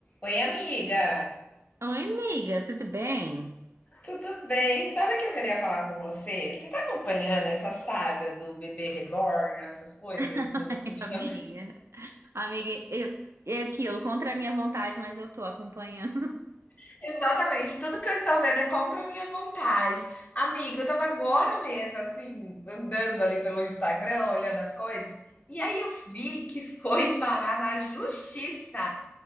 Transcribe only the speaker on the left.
Oi, amiga!
Tudo bem? Sabe o que eu queria falar com você? Você tá acompanhando essa saga do bebê reborn, essas coisas
do
ultimamente?
<laughs> Exatamente, tudo que eu estou vendo é contra a minha vontade. Amiga, eu tava agora mesmo, assim, andando ali pelo Instagram, olhando as coisas, e aí eu vi que foi parar na justiça